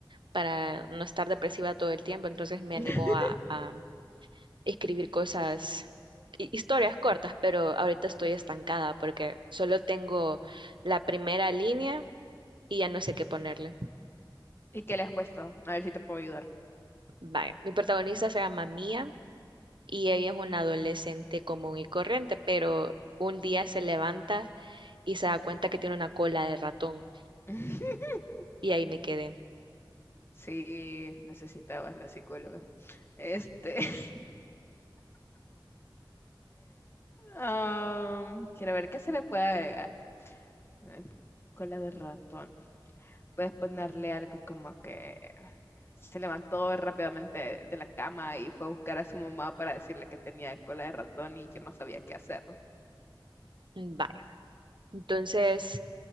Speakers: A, on the right; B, on the left.
A: para no estar depresiva todo el tiempo, entonces me
B: <laughs>
A: animó a, a escribir cosas, hi- historias cortas, pero ahorita estoy estancada porque solo tengo la primera línea y ya no sé qué ponerle.
B: ¿Y qué le has puesto? A ver si te puedo ayudar.
A: Vaya, mi protagonista se llama Mia y ella es una adolescente común y corriente, pero un día se levanta y se da cuenta que tiene una cola de ratón
B: <laughs>
A: y ahí me quedé,
B: Sí, necesitabas la psicóloga. Este, <laughs> am, quiero ver qué se le puede agregar. Eh, Cola de ratón. Puedes ponerle algo como que se levantó rápidamente de la cama y fue a buscar a su mamá para decirle que tenía cola de ratón y que no sabía qué hacer.
A: "Mm, vaya. Entonces,